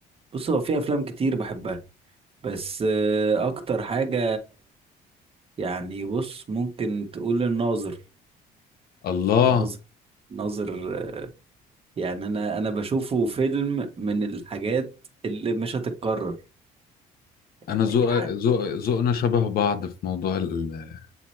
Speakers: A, on the right; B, on the left.
A: بص هو في افلام كتير بحبها بس آه، اكتر حاجه يعني بص ممكن تقول الناظر
B: الله
A: الناظر الناظر آه، يعني انا انا بشوفه فيلم من الحاجات اللي مش هتتكرر
B: انا
A: يعني
B: ذوق
A: ح...
B: ذوق ذوقنا شبه بعض في موضوع ال-